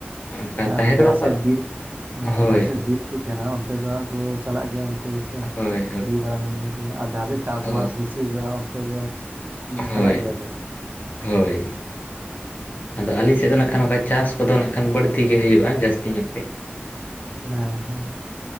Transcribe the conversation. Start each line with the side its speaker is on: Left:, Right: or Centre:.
Left: ᱚᱱᱠᱟ
Right: ᱡᱟᱦᱟᱸᱥᱮ
Left: ᱛᱟᱦᱮᱸ ᱫᱚ ᱵᱟᱠᱚ
Right: ᱵᱤᱨ ᱦᱮᱸ
Left: ᱦᱳᱭ
Right: ᱡᱟᱦᱟᱸᱥᱮ
Left: ᱦᱳᱭ
Right: ᱵᱤᱨ ᱛᱟᱦᱮᱱᱟ ᱚᱱᱛᱮ ᱫᱚ ᱦᱚᱜ ᱠᱚ ᱪᱟᱞᱟᱜ ᱜᱮᱭᱟ ᱚᱱᱛᱮ ᱜᱮ ᱟᱨ
Left: ᱦᱳᱭ
Right: ᱦᱤᱨᱤ ᱵᱟᱨᱟ ᱠᱚᱜᱮ ᱟᱢ ᱥᱮ ᱵᱟᱝ ᱡᱟᱦᱟᱸ ᱥᱮᱫ
Left: ᱦᱳᱭ
Right: ᱪᱟᱥᱵᱟᱥ ᱵᱮᱥᱤ ᱦᱩᱭᱩᱜᱼᱟ ᱚᱱᱛᱮ ᱫᱚ᱾ ᱢᱟᱱᱮ
Left: ᱦᱳᱭ
Right: ᱪᱟᱞᱟᱜ ᱜᱮᱭᱟ ᱠᱚ
Left: ᱦᱳᱭ ᱟᱫᱚ ᱟᱞᱤᱧ ᱥᱮᱫ ᱫᱚ ᱱᱟᱠᱷᱟᱡ ᱱᱚᱝᱠᱟ ᱪᱟᱥ᱾ ᱱᱤᱛᱚᱜ ᱫᱚ ‌ᱱᱟᱜ ᱠᱷᱟᱱ ᱵᱟᱹᱲᱛᱤ ᱜᱮ ᱦᱩᱭᱩᱜᱼᱟ ᱡᱟᱹᱥᱛᱤ ᱧᱚᱜ ᱜᱮ
Right: ᱦᱮᱸ ᱦᱮᱸ